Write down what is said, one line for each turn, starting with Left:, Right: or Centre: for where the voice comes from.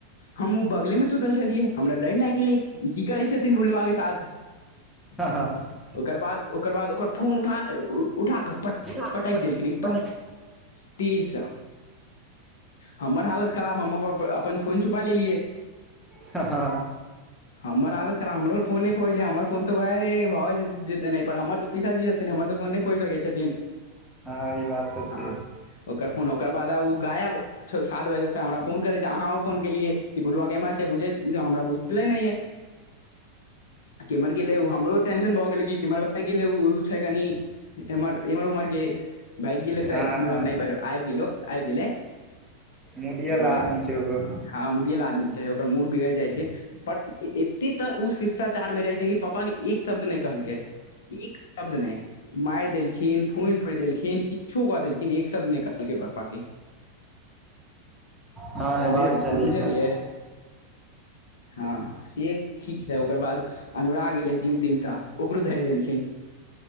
Left: हमहूँ बगले सुतल छलियै हमरा डर लागि गेलै ई की करै छथिन बुलुआके साथ <inaudible>
Centre: हाँ -ह
Left: ओकर बाद ओकर बाद ओकर फोन उठा- उठाक पट-
Centre: उठा
Left: पटकि
Centre: कऽ पट
Left: देलखिन एकदम
Centre: पटक
Left: तेजसँ हमर हालत खराब हम अप- अपन फोन छुपा लेलियै
Centre: ह-हँ-ह
Left: हमर हालत खराब हमरो फोन नहि फोरि दे हमर फोन तऽ ओहाए एय भऽ जे जैतनि एहिपर हमर तऽ पिसाजी छथिन हमर तऽ फोन नहि फोरि सकै छथिन
Centre: हँ ई बात तऽ
Left: हाँ
Centre: छै
Left: ओकर फोन ओकर बाद ओ गाएब सात बजेसँ हमरा फोन करै छै अहाँ आउ फोन केलियै कि बोलुआ केमहर छै बुझय हमरा बुझले नहि यै आ केम्हर गेलै ओ हमरो टेंशन भऽ गेलै कि केम्हर भागि गेलै उ उ छै कनि एम एम्हर उम्हरके भागि गेल हेतय
Centre: हँ
Left: केम्हरो
Centre: हँ
Left: नहि पर आबि गेल ओ आबि गेलै
Centre: मुडियल
Left: ओकर
Centre: आदमी
Left: बाद
Centre: छै ओहो
Left: हाँ मुडियल आदमी छै ओकर मूड बिगरि जाइ छै बट एते तऽ ओ शिष्टाचारमे रहै छै की पप्पाके एक शब्द नै कहलकै एक शब्द नहि मारि देलखिन फोन फोड़ि देलखिन किछो कऽ देलखिन एक शब्द नहि कहलकै पप्पाके
Centre: हँ हेबाक
Left: बुझल-बुझलियै
Centre: चाही ई सब
Left: हाँ से ठीक छै ओकर बाद अनुराग एलै जिम तिमसँ ओकरो धरि देलखिन